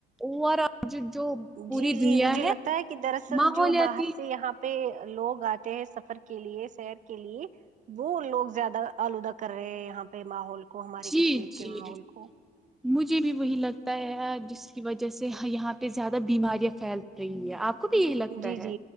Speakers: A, in the centre; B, on the right (about 45°).
A: اور آج جو پوری
B: جی جی
A: دنیا
B: مجھے
A: ہے
B: لگتا کہ دراصل
A: ماحولیاتی
B: جو باہر سے یہاں پہ لوگ آتے ہیں سفر کے لیے سیر کے لیے وہ لوگ زیادہ آلودہ کر رہے ہیں یہاں پہ ماحول کو ہمارے
A: جی
B: کشمیر کے
A: جی
B: ماحول کو
A: مجھے بھی وہی لگتا ہے جس کی وجہ سے یہاں پہ زیادہ بیماریاں پھیل رہی ہیں آپ کو بھی یہی لگتا
B: جی
A: ہے
B: جی